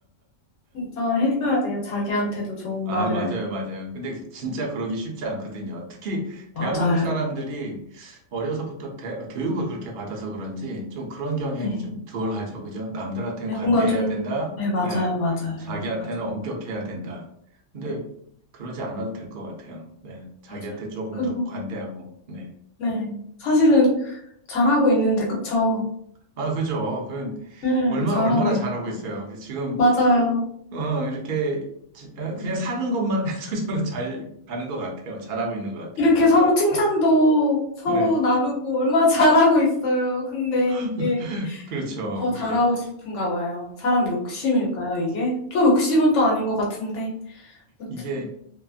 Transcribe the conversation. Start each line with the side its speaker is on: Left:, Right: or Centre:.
Left: 진짜 해줘야 돼요. 자기한테도 좋은
Right: 아,
Left: 말을.
Right: 맞아요, 맞아요. 근데 그 진짜 그러기 쉽지 않거든요. 특히 대한민국
Left: 맞아요.
Right: 사람들이 어려서부터 대- 교육을 그렇게 받아서 그런지 좀 그런 경향이
Left: 네.
Right: 좀 덜하죠. 그죠? 남들한테는
Left: 네,
Right: 관대해야
Left: 뭔가 좀,
Right: 된다.
Left: 네, 맞아요,
Right: 네.
Left: 맞아요,
Right: 자기한테는
Left: 맞아.
Right: 엄격해야 된다. 근데 그러지 않아도 될 것 같아요. 네. 자기한테
Left: 맞아요.
Right: 조금
Left: 그리고,
Right: 더 관대하고, 네.
Left: 네. 사실은 잘하고 있는데, 그쵸?
Right: 아, 그죠. 그
Left: 네,
Right: 얼마나
Left: 잘하고
Right: 얼마나
Left: 있는.
Right: 잘하고 있어요. 그 지금
Left: 맞아요.
Right: 어, 이렇게 지- 어, 그냥 사는 것만 <laughs> 해도 저는 잘 가는 것 같아요. 잘하고 있는 것 같아요.
Left: 이렇게 서로 칭찬도 서로
Right: 네.
Left: 나누고 얼마나 <laughs> 잘하고 있어요. 근데
Right: <laughs>
Left: 이게
Right: 그렇죠.
Left: 더
Right: 그렇게
Left: 잘하고 싶은가 봐요. 사람 욕심일까요, 이게? 또 욕심은 또 아닌 것 같은데. 아무튼,
Right: 이게